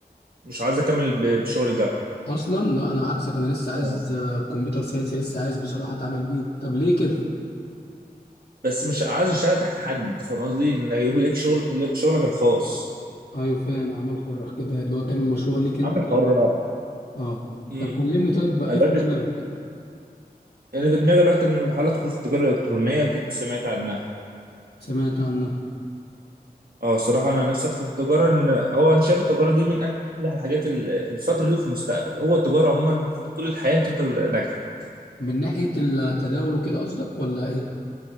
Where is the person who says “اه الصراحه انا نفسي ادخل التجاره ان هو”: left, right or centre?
Right